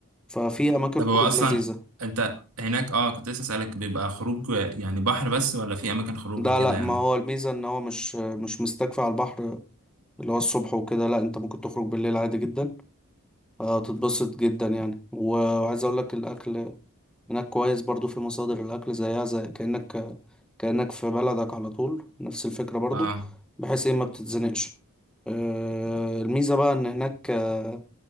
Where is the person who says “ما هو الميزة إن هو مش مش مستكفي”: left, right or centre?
Centre